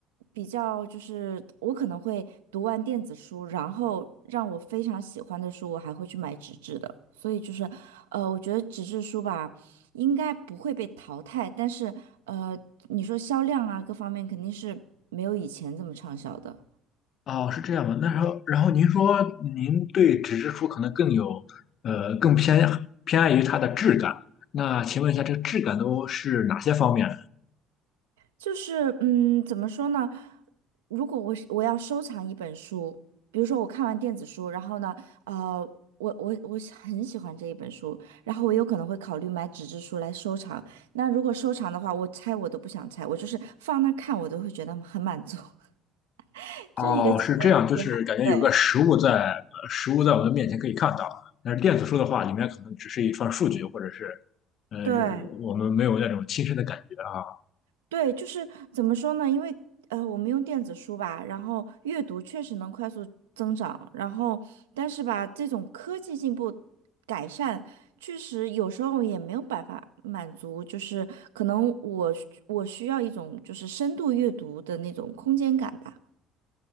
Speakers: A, on the right; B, on the left.
A: 比较就是我可能会读完电子书，然后让我非常喜欢的书，我还会去买纸质的。所以就是呃，我觉得纸质书吧，应该不会被淘汰，但是呃，你说销量啊各方面肯定是没有以前这么畅销的。
B: 哦，是这样的。那时候，然后您说您对纸质书可能更有，呃，更偏偏爱于它的质感。那请问一下，这个质感都是哪些方面？
A: 就是，嗯，怎么说呢？如果我是我要收藏一本书，比如说我看完电子书，然后呢，呃，我我我是很喜欢这一本书，然后我有可能会考虑买纸质书来收藏。那如果收藏的话，我拆我都不想拆，我就是放那看，我都会觉得很满足，<laughs>
B: 哦，
A: 就是一个奇怪的癖好。
B: 是这样，就是感觉有个实物在，
A: 对
B: 呃实物在我们面前可以看到，但是电子书的话，里面可能只是一串数据，或者是，呃，
A: 对，
B: 是我们没有那种亲身的感觉啊。
A: 对，就是怎么说呢？因为呃，我们用电子书吧，然后阅读确实能快速增长，然后但是吧，这种科技进步改善，确实有时候也没有办法满足，就是可能我需我需要一种就是深度阅读的那种空间感吧。